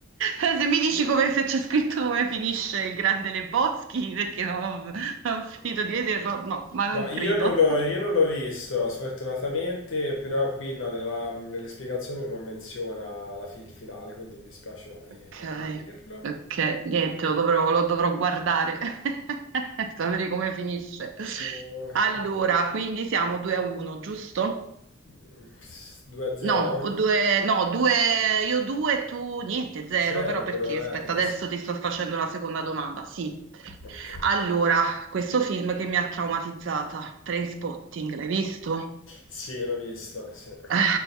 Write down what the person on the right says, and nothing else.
Eh, Se mi dici come se c'è scritto come finisce il grande Le Boschi, perché no, non ho, non ho finito di vederlo, no, ma
non
credo.
<laughs>
Ok,
ok, niente, lo dovrò, lo dovrò guardare, <laughs> sapere come finisce.
Allora,
quindi siamo 2 a 1, giusto?
No, o due, no, due, io due, tu niente, zero,
però perché?
Aspetta,
adesso
ti sto facendo la seconda domanda. Sì,
allora, questo film che mi ha traumatizzata, Trainspotting, l'hai visto?
Eh,